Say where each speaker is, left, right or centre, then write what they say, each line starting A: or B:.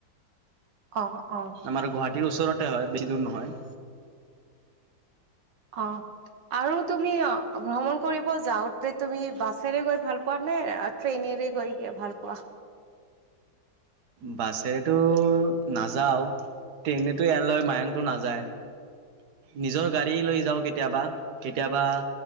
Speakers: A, on the right (about 80°); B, on the right (about 65°).
A: অহ, অহ।
B: মানে গুৱাহাটীৰ ওচৰতে হয়, বেছি দূৰ নহয়।
A: অঁ। আৰু তুমি অ ভ্ৰমণ কৰিব যাওঁতে তুমি বাছেৰে গৈ ভাল পোৱা নে আ ট্ৰেইনেৰে গৈ কে ভাল পোৱা
B: বাছেৰেতো নাযাও ট্ৰেইনেতো ইয়ালৈ মায়ংটো নাযায় নিজৰ গাড়ী লৈ যাওঁ কেতিয়াবা কেতিয়াবা